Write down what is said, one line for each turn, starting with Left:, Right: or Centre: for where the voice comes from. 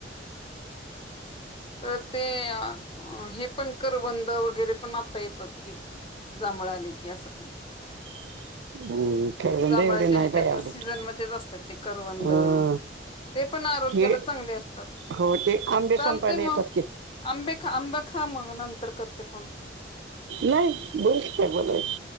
Left: परत ते अ हे पण करवंद वगैरे पण आता येतात कि जा भळं आले कि असं पण हाय
Right: <inaudible> करवंद
Left: जांभळाच्या
Right: एवढे नाही
Left: ह्याच्यातच
Right: बाई आवडत
Left: सीझनमध्येच असतात ते करवंद
Right: हा
Left: ते पण आरोग्याला
Right: हे
Left: चांगले असतात
Right: हो ते आंबे
Left: चाल
Right: संपायला
Left: तंय
Right: येतात
Left: म
Right: की
Left: आंबे खा आंब खा मग नंतर करते फोन.
Right: नाही बोलकी काय बोलायच